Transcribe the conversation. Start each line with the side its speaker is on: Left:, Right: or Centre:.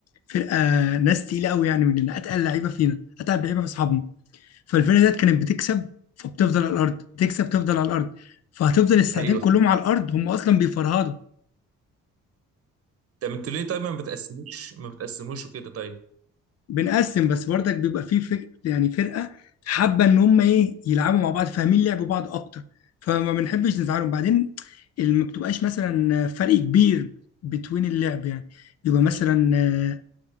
Left: فرقه ناس تقيله قوي يعني مننا اتقل لعيبه فينا اتقل لعيبه من اصحابنا فالفرقه ديت كانت بتكسب فبتفضل على الارض بتكسب تفضل على الارض فهتفضل الساعتين
Right: <laughs> ايوه
Left: كلهم على الارض هم اصلا بيفرهدوا
Right: طب انتوا ليه طيب ما بتقسموش ما بتقسموش وكده طيب
Left: بنقسم بس برضك بيبقى فيه فك... يعني فرقه حابه ان هم ايه يلعبوا مع بعض فاهمين لعب بعض اكتر فما بنحبش نزعلهم بعدين ال- ما بتبقاش مثلا فرق كبير بتوين اللعب يعني يبقى مثلا آه،